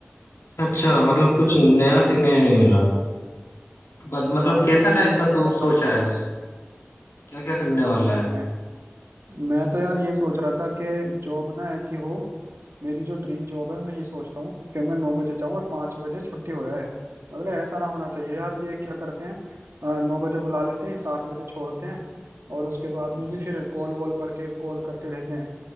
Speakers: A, on the left; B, on the right.
A: अच्छा
B: तो
A: मतलब
B: मैं इसी
A: कुछ
B: वजह
A: नया
B: से
A: सीखने नहीं मिल रहा मत- मतलब
B: हाँ
A: कैसा
B: तो मैं यही
A: टाइप
B: सोच
A: का तू
B: रहा
A: सोचा
B: था
A: है क्या क्या करने वाला है
B: मैं मैं तो यार ये सोच रहा था कि जॉब ना ऐसी हो मेरी जो ड्रीम जॉब है मैं ये सोचता हूँ कि मैं नौ बजे जाऊँ और पाँच बजे छुट्टी हो रहा है मतलब ऐसा ना होना चाहिए यार ये क्या करते हैं अ, नौ बजे बुला लेते हैं सात बजे छोड़ते हैं और उसके बाद में
A: अच्छा
B: भी फिर कॉल वॉल पर के कॉल करते रहते हैं